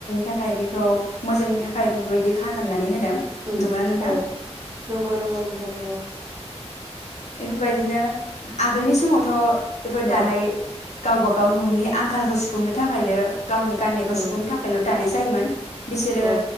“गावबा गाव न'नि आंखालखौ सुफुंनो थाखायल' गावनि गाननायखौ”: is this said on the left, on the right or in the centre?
Left